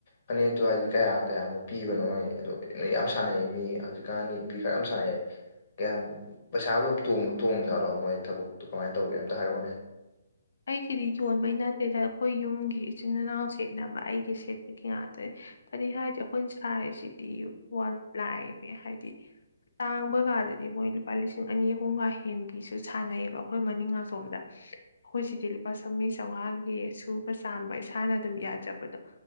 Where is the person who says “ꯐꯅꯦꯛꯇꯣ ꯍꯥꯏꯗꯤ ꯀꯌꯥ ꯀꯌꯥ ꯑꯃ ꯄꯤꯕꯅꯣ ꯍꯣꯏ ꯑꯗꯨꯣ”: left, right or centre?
Left